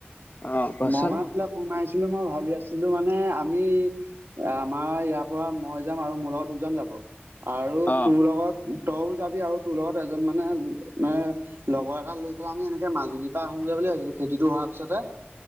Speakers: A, on the left (about 45°); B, on the right (about 70°).
A: অ কোৱাচোন
B: মই মানে তোলে মাৰিছিলো মই ভাবি আছিলো মানে আমি আমাৰ ইয়াৰ পৰা মই যাম আৰু মোৰ লগত দুজন যাব, আৰু
A: অ
B: তোৰ লগত তইও যাবি আৰু তোৰ লগত এজন মানে মে লগৰ এটাল লৈ পেলাই আমি এনেকে মাজুলীৰ পৰা আহোগৈ বুলি ভাবছিলো, খেতিটো হোৱাৰ পিছতে।